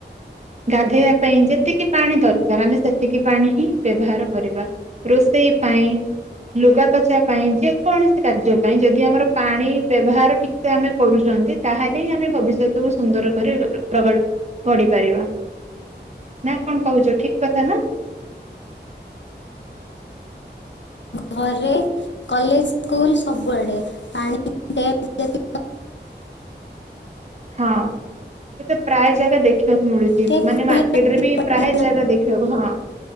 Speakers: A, on the right; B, on the left.
A: ଗାଧେଆ ପାଇଁ ଯେତିକି ପାଣି ଦରକାର ଆମେ ସେତିକି ପାଣି ହିଁ ବ୍ୟବହାର କରିବା। ରୋଷେଇ ପାଇଁ। ଲୁଗା କାଚିଆ ପାଇଁ ଯେକୌଣସି କାର୍ଯ୍ୟ ପାଇଁ ଯଦି ଆମର ପାଣି ବ୍ୟବହାର ଠିକ୍ ସେ ଆମେ କରୁଚନ୍ତି ତାହେଲେ ଆମେ ଭବିଷ୍ୟତକୁୁ ସୁନ୍ଦର କରି <unintelligible> ଗଢିପାରିବା ନା କଣ କହୁଚ ଠିକ୍ କଥା ନା।
B: ଘରେ, କଲେଜ୍, ସ୍କୁଲ ସବୁଆଡେ ପାଣି <unintelligible>
A: ହଁ ଏବେ ତ ପ୍ରାୟ ଜାଗା ଦେଖିବାକୁ ମିଳୁଚି
B: ଟ୍ୟାପ୍
A: ମାନେ
B: ଖୋଲା
A: ମାର୍ <unintelligible>
B: ରଖିକି
A: ବି
B: ପାଣି
A: ପ୍ରାୟେ ଜାଗା ଦେଖିବାକୁ ହଁ।